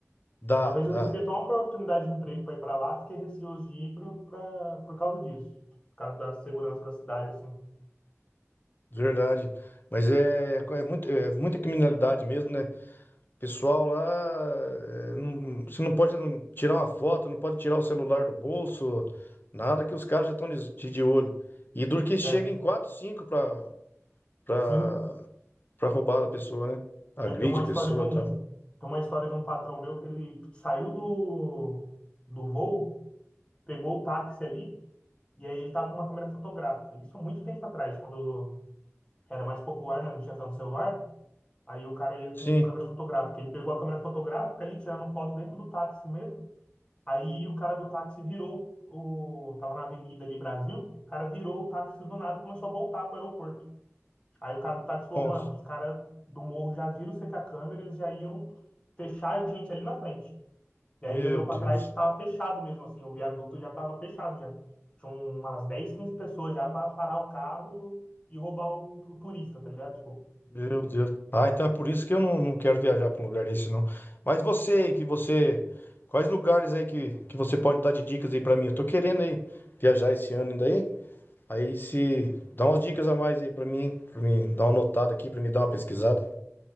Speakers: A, on the left (about 40°); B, on the left (about 20°).
A: Dá,
B: Uma vez
A: dá.
B: eu recebi até uma oportunidade de emprego pra ir pra lá, fiquei receoso de ir por, pra, por causa disso. Por causa da segurança da cidade, assim.
A: Verdade. Mas é, é, muito, é muita criminalidade mesmo, né? Pessoal lá, é, não- você não pode tirar uma foto, não pode tirar o celular do bolso, nada que os caras já estão de, de olho. E duro que chega
B: É,
A: em 4, 5 para pra,
B: sim.
A: pra roubar a pessoa, né? Agride
B: É, tem uma
A: a
B: história
A: pessoa,
B: de um,
A: tá?
B: tem uma história de um patrão meu que ele saiu do, do voo, pegou o táxi ali, e aí ele tava com uma câmera fotográfica. Isso há muito tempo atrás, quando era mais popular, né? Não tinha tanto celular. Aí o cara ia
A: Sim.
B: com câmera fotográfica. Ele pegou a câmera fotográfica ali, tirando foto dentro do táxi mesmo. Aí o cara do táxi virou o, tava na avenida ali, Brasil. O cara virou o táxi do nada e começou a voltar pro aeroporto. Aí o cara do táxi falou,
A: Nossa,
B: mano, os caras do morro já viram você com a câmera, eles já iam fechar a gente ali na frente. E
A: meu
B: aí ele olhou
A: Deus,
B: pra trás e tava fechado mesmo, assim, o viaduto já tava fechado já. Tinha umas 10, 15 pessoas já pra parar o carro e roubar o, o turista, tá ligado? Tipo,
A: meu Deus. Ah, então é por isso que eu não, não quero viajar para um lugar desse, não. Mas você, que você... Quais lugares aí que, que você pode dar de dicas aí para mim? Eu tô querendo aí viajar esse ano ainda aí. Aí se... Dá umas dicas a mais aí para mim, para mim dar uma notada aqui, para me dar uma pesquisada.